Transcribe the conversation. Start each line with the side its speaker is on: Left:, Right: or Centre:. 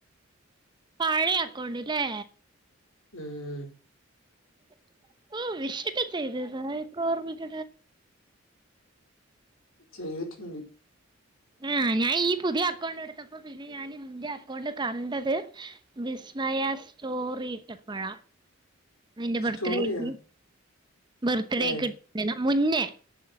Right: പഴയ അക്കൗണ്ട് ല്ലേ
Left: ഉം
Right: <inaudible> ഓ വിഷക്കെ ചെയ്തതാ ർ വിട
Left: ചെയ്തിട്ടുണ്ട്
Right: ആഹ് ഞാൻ ഈ പുതിയ അക്കൗണ്ട് എടുത്തപ്പോ പിന്നെ ഞാൻ നിന്റെ അക്കൗണ്ട് കണ്ടത് വിസ്മയ സ്റ്റോറി ഇട്ടപ്പുഴ നിന്റെ ബർത്ത്ഡേക്ക്
Left: സ്റ്റോറിയാ
Right: ബർത്ത്ഡേക്ക്
Left: ഏഹ്
Right: ഇട്ട മുന്നേ